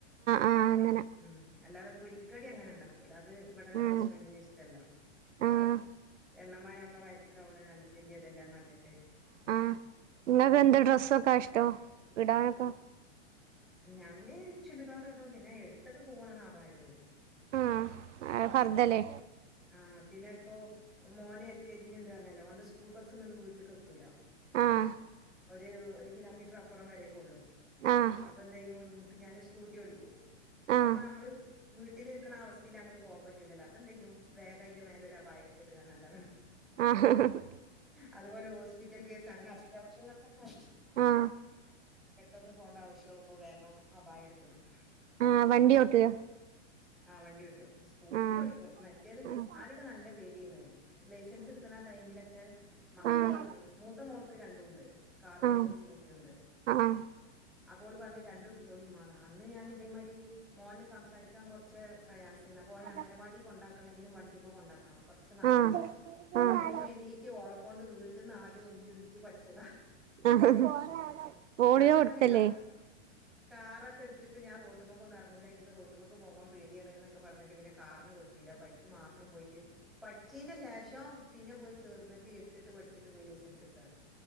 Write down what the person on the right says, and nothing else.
ആഹ് അങ്ങനെ
ഉം
ആഹ്
ആ ഇങ്ങക്ക് എന്ത് കസവ <unintelligible> കഷ്ടം ഇടാനൊക്ക
ആഹ് അത് ഫർദല്ലേ
ആഹ്
ആഹ്
ആഹ്
ആഹ് ആഹ് ഹ
ആഹ്
ആഹ വണ്ടി ഓട്ടോ
ആഹ്
ആഹ്
ആഹ്
ആഹ്
ആഹ്
ആഹ്
ആഹ് ആഹ്
ആഹ് പോളിയോ
കൊടുത്തല്ലേ